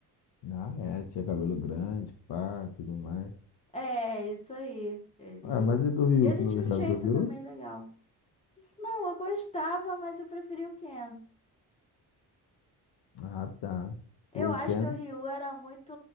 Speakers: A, on the left; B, on the left.
A: ah, é, tinha cabelo grande, pá, e tudo mais.
B: É, isso aí. Ele.
A: Ah, mas e do Ryu?
B: E ele
A: Tu
B: tinha
A: não gostava
B: um jeito
A: do Ryu?
B: também legal. Não, eu gostava, mas eu preferi o Ken.
A: Ah, tá.
B: Eu
A: O
B: acho
A: Ken?
B: que o Ryu era muito